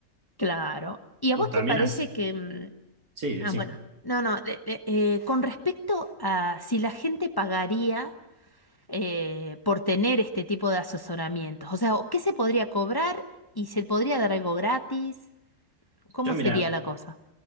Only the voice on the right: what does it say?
O
también
as-
sí, decime.
Yo
mira,